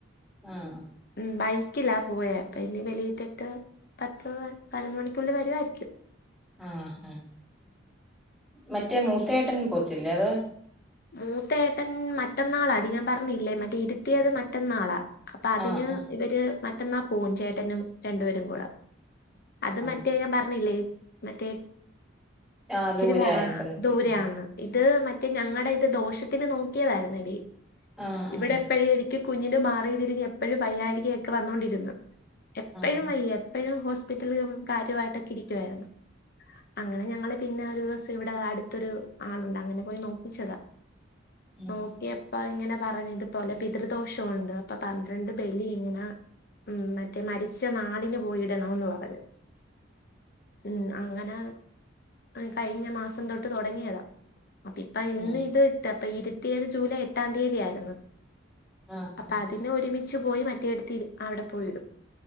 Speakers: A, in the centre; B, on the left (about 55°).
A: ആഹ്
B: ഉം ബൈക്കിലാ പോയേ പ്പഇനി ബലിയിട്ടിട്ട് പത്തൂള്ളൻ പയ്നൊന്ന് മണിക്കുള്ളി വരുവായിരിക്യും
A: ആഹ് ആഹ് മറ്റേ മൂത്തയേട്ടൻ പോവത്തില്ലേ അത്
B: മൂത്തയേട്ടൻ മറ്റന്നാളാടി ഞാ പറഞ്ഞില്ലേ മറ്റേ ഇരുത്തിയത് മറ്റന്നാളാ അപ്പ അതിന്
A: ആഹ് ആഹ്
B: ഇവര് മറ്റന്നാ പോവും ചേട്ടനും രണ്ടുപേരുങ്കൂടെ അത്
A: ആഹ്
B: മറ്റേ ഞാംപറഞ്ഞില്ലേ മറ്റേ
A: ആഹ് ആഹ്
B: ഇച്ചിരി
A: ദൂരായ
B: വാ
A: അമ്പലത്തിൽ
B: ദൂരെയാണ്
A: ആഹ്
B: ഇത് മറ്റേ ഞങ്ങടെ ഇത് ദോഷത്തിന് നോക്കിയതായിരുന്നെടീ
A: ആഹ്
B: ഇവിടെ
A: ആഹ്
B: എപ്പഴ്നിക്ക് കുഞ്ഞിന് മാറീതിരിഞ്ഞ് എപ്പഴും പയ്യാഴികയൊക്കെ വന്നോണ്ടിര്ന്ന് എപ്പഴും
A: ആഹ്
B: വയ്യ പ്പെഴും ഹോസ്പിറ്റല്മ് കാര്യോയ്ട്ടൊക്കെ ഇരിക്യുവായ്ര്ന്ന് അങ്ങനെ ഞങ്ങള് പിന്നെ ഒരു ദിവസം ഇവിടെ അടുത്തൊരു ആളുണ്ട് അങ്ങനെ പോയി നോക്കിച്ചതാ
A: ഉം
B: നോക്കിയപ്പ അഇങ്ങനെ പറഞ്ഞ് ഇത് തോലപിതൃദോഷഒണ്ട് അപ്പൊ പന്ത്രണ്ട് ബലി ഇങ്ങനാ ഉം മറ്റേ മരിച്ച നാളിന് പോയിടണോന്ന് പറഞ്ഞ് ഉം അങ്ങന ഉം കഴിഞ്ഞ മാസം തൊട്ട് തൊടങ്ങിയതാ അപ്പ ഇപ്പ ഇന്ന്
A: ഉം
B: ഇത് ഇട്ട് അപ്പ ഇരുത്തിയത് ജൂലൈ എട്ടാം തീയതിയായിരുന്ന്
A: ആഹ്
B: അപ്പ
A: ആഹ്
B: അതിന് ഒരുമിച്ചു പോയി മറ്റേടുത്തി അവിട പോയിടും